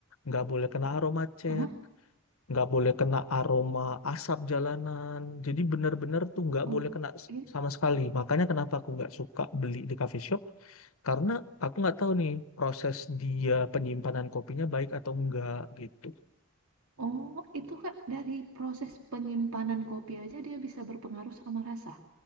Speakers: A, on the left; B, on the right.
A: nggak boleh kena aroma cat
B: Ah,
A: nggak boleh kena aroma asap jalanan. Jadi benar-benar tuh nggak
B: oke.
A: boleh kena s- sama sekali. Makanya kenapa aku nggak suka beli di coffee shop, karena aku nggak tahu nih proses dia penyimpanan kopinya baik atau enggak gitu.
B: Oh, itu Kak, dari proses penyimpanan kopi aja dia bisa berpengaruh sama rasa.